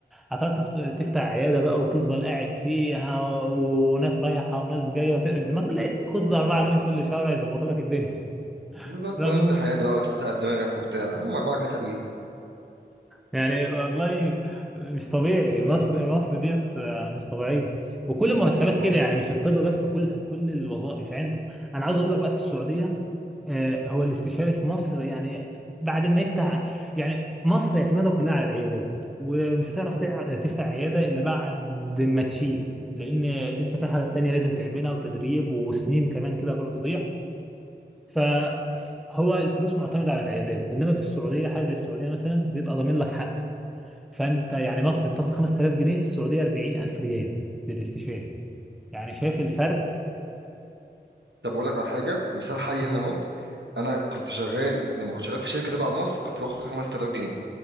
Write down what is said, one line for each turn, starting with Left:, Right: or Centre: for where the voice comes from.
Centre: هتعرف تفت- تفتح عياده بقى وتفضل قاعد فيها و- وناس رايحه وناس جايه وتقرف دماغك لا خد 4 جنيه كل شهر هيظبطوا لك الدنيا <laughs>
Right: بالظبط
Centre: راجل
Right: ولا افتح حياتي بقى وتتعب دماغك وبتاع هم 4 جنيه حلوين
Centre: يعني والله مش طبيعي مصر مصر ديت آه، مش طبيعيه وكل المرتبات
Right: مم،
Centre: كده
Right: أوف.
Centre: يعني مش الطب بس كل كل الوظائف يعني انت انا عاوز اقول لك بقى في السعوديه آه، هو الاستشاري في مصر يعني بعد ما يفتح يعني مصر اعتمادها كلها على العيادات ومش هتعرف تع- تفتح عيادة إلا بعد ما تشيب لأن لسه في حاجات تانية لازم تعملها وتدريب وسنين كمان كده هتقعد تضيع فهو الفلوس معتمدة على العيادات إنما في السعودية حاجة زي السعودية مثلا بيبقى ضامن لك حق فأنت يعني مصر بتاخد 5000 جنيه في السعودية 40000 ريال للاستشاري يعني شايف الفرق
Right: طب اقول لك على حاجه مثال حي
Centre: مم.
Right: انا اهو انا كنت شغال لما كنت شغال في شركه تبع مصر كنت باخد 5000 جنيه